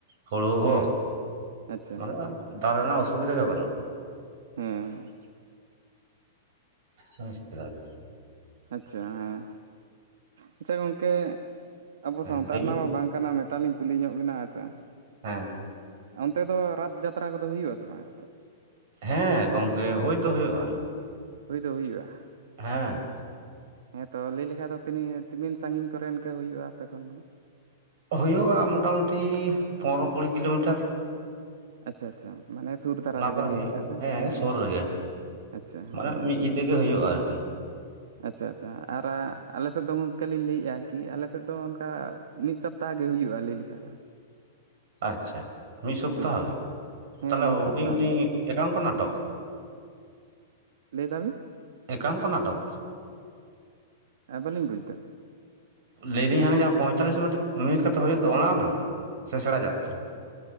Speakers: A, on the right (about 60°); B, on the right (about 75°).
A: ᱦᱳᱲᱳ ᱦᱚᱸ᱾
B: ᱦᱮᱸ ᱟᱪᱪᱷᱟ
A: ᱢᱟᱱᱮ ᱫᱟᱞ ᱨᱮᱱᱟᱜ ᱚᱥᱩᱵᱤᱫᱟ ᱜᱮ ᱵᱟᱹᱱᱩᱜ-ᱟ᱾
B: ᱦᱮᱸ ᱾
A: <unintelligible>
B: ᱟᱪᱪᱷᱟ ᱦᱮᱸ ᱟᱪᱪᱷᱟ ᱜᱚᱢᱠᱮ ᱟᱵᱚ
A: ᱦᱮᱸ
B: ᱥᱟᱶᱛᱟ
A: ᱞᱟᱹᱭ
B: ᱨᱮᱱᱟᱜ
A: ᱵᱤᱱ
B: ᱢᱟ ᱵᱟᱝ ᱠᱟᱱᱟ ᱢᱤᱫᱴᱟᱝ ᱞᱤᱧ ᱠᱩᱞᱤ ᱧᱚᱜ ᱵᱤᱱᱟ ᱦᱮᱸ ᱥᱮ᱾
A: ᱦᱮᱸ ᱾
B: ᱚᱱᱛᱮ ᱫᱚ ᱨᱟᱛ ᱡᱟᱛᱨᱟ ᱠᱚᱫᱚ ᱦᱩᱭᱩᱜ-ᱟ ᱥᱮ ᱵᱟᱝ?
A: ᱦᱮᱸ ᱜᱚᱝᱠᱮ ᱦᱩᱭ ᱫᱚ ᱦᱩᱭᱩᱜ-ᱟ᱾
B: ᱦᱩᱭ ᱫᱚ ᱦᱩᱭᱩᱜ-ᱟ᱾
A: ᱦᱮᱸ ᱾
B: ᱦᱮᱸ ᱛᱚ ᱞᱟᱹᱭ ᱞᱮᱠᱷᱟᱡ ᱫᱚ ᱛᱤᱜ ᱛᱤᱢᱤᱱ ᱥᱟᱹᱜᱤᱧ ᱠᱚᱨᱮ ᱤᱱᱠᱟᱹ ᱦᱩᱭᱩᱜᱼᱟ ᱟᱯᱮ ᱠᱷᱚᱱ ᱫᱚ?
A: ᱦᱩᱭᱩᱜ-ᱟ ᱢᱚᱴᱟᱢᱩᱴᱤ ᱯᱚᱱᱨᱚ ᱠᱩᱲᱤ ᱠᱤᱞᱳᱢᱤᱴᱟᱨ᱾
B: ᱟᱪᱪᱷᱟ ᱟᱪᱪᱷᱟ ᱢᱟᱱᱮ ᱥᱩᱨ ᱫᱷᱟᱨᱟ
A: ᱚᱱᱟ
B: ᱨᱮᱜᱮ
A: ᱠᱚᱨᱮ
B: ᱞᱟᱹᱭ
A: ᱦᱩᱭᱩᱜ-ᱟ
B: ᱞᱮᱠᱷᱟᱡ ᱫᱚ
A: ᱦᱮᱸ ᱥᱳᱨ ᱨᱮᱜᱮ
B: ᱟᱪᱪᱷᱟ ᱦᱮᱸ
A: ᱢᱟᱱᱮ ᱢᱤᱫ ᱧᱩᱫᱟᱹᱜ ᱜᱮ ᱦᱩᱭᱩᱜ-ᱟ ᱟᱨᱠᱤ᱾
B: ᱟᱪᱪᱷᱟ ᱟᱪᱪᱷᱟ ᱟᱨ ᱟᱞᱮ ᱥᱮᱫ ᱫᱚ ᱜᱚᱢᱠᱮ ᱞᱤᱧ ᱞᱟᱹᱭᱮᱜ-ᱟ ᱠᱤ ᱟᱞᱮ ᱥᱮᱫ ᱫᱚ ᱚᱱᱠᱟ ᱢᱤᱫ ᱥᱚᱯᱛᱟᱦᱚ ᱜᱮ ᱦᱩᱭᱩᱜ-ᱟ ᱞᱟᱹᱭ ᱞᱮᱠᱷᱟᱡ ᱫᱚ᱾
A: ᱟᱪᱪᱷᱟ ᱢᱤᱫ ᱥᱚᱯᱛᱟᱦᱚ
B: ᱦᱮᱸ
A: ᱜᱮ
B: ᱦᱮᱸ
A: ᱛᱟᱦᱚᱞᱮ
B: ᱢᱤᱫ
A: ᱦᱩᱰᱤᱧ
B: ᱥᱚᱯᱛᱟᱦᱚ
A: ᱦᱩᱰᱤᱧ
B: ᱦᱩᱭᱩᱜᱼᱟ
A: ᱮᱠᱟᱝᱠᱚ ᱱᱟᱴᱚᱠ
B: ᱞᱟᱹᱭ ᱫᱟᱵᱤᱱ
A: ᱮᱠᱟᱝᱠᱚ ᱱᱟᱴᱚᱠ
B: ᱵᱟᱹᱞᱤᱧ ᱵᱩᱡᱽ ᱫᱟ ᱾
A: ᱞᱟᱹᱭᱫᱤᱧ ᱦᱟᱱᱮ ᱡᱟᱦᱟᱸ ᱯᱚᱸᱭᱛᱟᱞᱤᱥ ᱢᱤᱱᱤᱴ ᱢᱤᱱᱤᱴ ᱠᱟᱛᱮ ᱦᱩᱭᱩᱜ ᱫᱚ ᱚᱱᱟ ᱚᱱᱟ ᱥᱮ ᱥᱮᱬᱟ ᱡᱟᱛᱨᱟ?